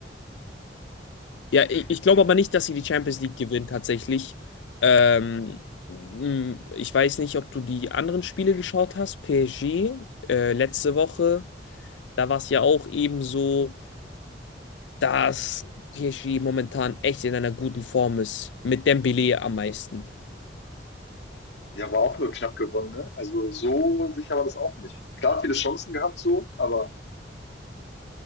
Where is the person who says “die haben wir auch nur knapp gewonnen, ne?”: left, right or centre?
Left